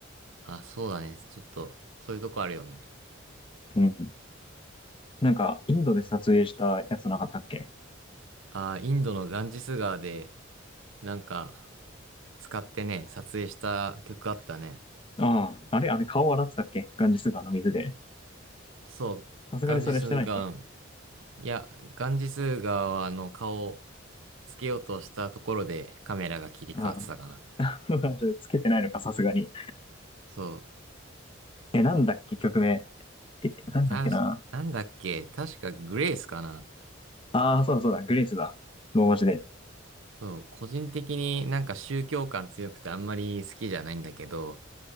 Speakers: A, on the right; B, on the left.
A: あ、そうだね。ちょっと、そういうとこあるよね。
B: うん。なんか、インドで撮影したやつなかったっけ
A: ああ、インドのガンジス川で、なんか、使ってね、撮影した曲あったね。
B: ああ、あれ、あれ顔洗ってたっけガンジス川の水で。
A: そう、
B: さすがにそれしてないっけ
A: ガンジス川の海、いや、ガンジス川はあの顔をつけようとしたところでカメラが切り替わってたかな。
B: ああ。<laughs> じゃあつけてないのか、さすがに。
A: そ
B: え、なんだっけ、曲名。え、なんだっけな。
A: う、たし、なんだっけ、確かグレイスかな。
B: ああ、そうだそうだ、グレイスだ。ローマ字で。
A: そう、個人的になんか宗教感強くてあんまり好きじゃないんだけど、